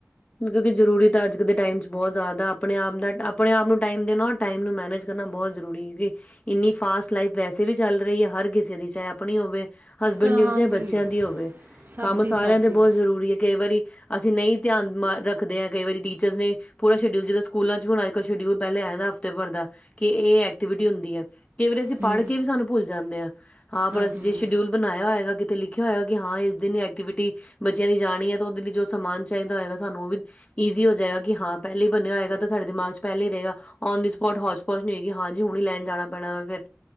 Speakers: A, on the left; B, on the right.
A: ਕਿਉਂਕਿ ਜਰੂਰੀ ਤਾਂ ਅੱਜ ਕੱਲ ਦੇ ਟਾਈਮ ਚ ਬਹੁਤ ਜ਼ਿਆਦਾ ਆਪਣੇ ਆਪ ਆਪਣੇ ਆਪ ਨੂੰ ਟਾਈਮ ਦੇਣਾ ਔਰ ਟਾਈਮ ਨੂੰ ਕਰਨਾ ਬਹੁਤ ਜ਼ਰੂਰੀ ਕਿਉਕਿ ਇੰਨੀ ਫਾਸਟ ਲਾਈਫ ਵੈਸੇ ਵੀ ਚੱਲ ਰਹੀ ਆ ਹਰ ਕਿਸੇ ਦੀ ਚਾਹੇ ਆਪਣੀ ਹੋਵੇ। ਹਸਬੈਂਡ
B: ਕ-
A: ਦੀ ਹੋਵੇ,
B: ਹਾਂਜੀ
A: ਚਾਹੇ ਬੱਚਿਆਂ ਦੀ ਹੋਵੇ,
B: ਸਭ
A: ਕੰਮ
B: ਦੀ
A: ਸਾਰਿਆਂ
B: ਸਭ
A: ਦੇ
B: ਦੀ
A: ਬਹੁਤ ਜ਼ਰੂਰੀ ਐ ਕਈ ਵਾਰੀ ਅਸੀਂ ਨਹੀਂ ਧਿਆਨ ਮ ਰੱਖਦੇ ਆ ਕਈ ਵਾਰੀ ਟੀਚਰਸ ਨੇ ਪੂਰਾ ਸ਼ਡਿਊਲ ਜਿੱਦਾਂ ਸਕੂਲਾਂ ਚ ਹੁਣ ਅੱਜ ਕੱਲ੍ਹ ਸ਼ਡਿਲ ਪਹਿਲੇ ਆ ਜਾਂਦਾ। ਹਫ਼ਤੇ ਭਰ ਦਾ ਕਿ ਇਹ ਐਕਟੀਵਿਟੀ ਹੁੰਦੀ ਆ। ਕਈ ਵਾਰੀ ਅਸੀਂ ਪੜ੍ਹ
B: ਹੂੰ
A: ਕੇ ਵੀ ਸਾਨੂੰ ਭੁੱਲ ਜਾਣੇ ਆ ਹਾਂ ਪਰ
B: ਹਾਂਜੀ
A: ਅਸੀਂ ਜੇ ਸ਼ਡਿਊਲ ਬਣਾਇਆ ਹੋਏਗਾ ਕਿਤੇ ਲਿਖ ਖਿਆ ਹੋਏਗਾ ਕਿ ਹਾਂ ਇਸ ਦਿਨ ਐਕਟੀਵਿਟੀ ਬੱਚਿਆਂ ਦੀ ਜਾਣੀ ਐ ਤਾਂ ਉਹਦੇ ਲਈ ਜੋ ਸਮਾਨ ਚਾਹੀਦਾ ਹੋਏਗਾ ਸਾਨੂੰ ਉਹ ਵੀ ਹੋਜੇਗਾ। ਕਿ ਹਾਂ ਪਹਿਲੇ ਹੀ ਬਣਿਆ ਹੋਏਗਾ ਤਾਂ ਸਾਡੇ ਦਿਮਾਗ ਚ ਪਹਿਲੇ ਹੀ ਰਹੇਗਾ ਓਨ ਦੀ ਸਪੋਰਟ। ਕੁੱਛ ਨੀ ਕੀ ਹਾਂਜੀ ਹੁਣੀ ਲੈਣ ਜਾਣਾ ਪੈਣਾ ਫੇਰ